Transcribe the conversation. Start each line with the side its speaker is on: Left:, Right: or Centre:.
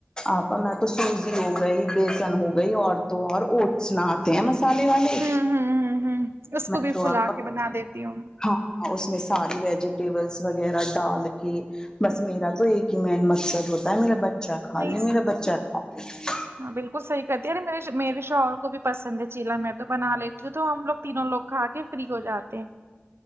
Left: آپا میں تو سوزی ہو گئی بیسن ہو گئی اور تو اور اوٹس نہ تے ہیں مسالے والے
Right: ہوں ہوں ہوں ہوں اس
Left: میں
Right: کو بھی
Left: تو
Right: پھلا
Left: آپ
Right: کے بنا دیتی ہوں
Left: ہاں اس میں ساری ویجیٹیبلس وغیرہ ڈال کے بس میرا تو ایک ہی مین مقصد ہوتا ہے میرا بچہ کھا
Right: نائس
Left: لے میرا بچہ کھا لے
Right: ہاں بالکل صحیح کہتی کے میرے میرے شوہر کو بھی پسند ہے چیلا میں تو بنا لیتی ہوں تو ہم لوگ تینوں لوگ کھا کے فری ہو جاتے ہیں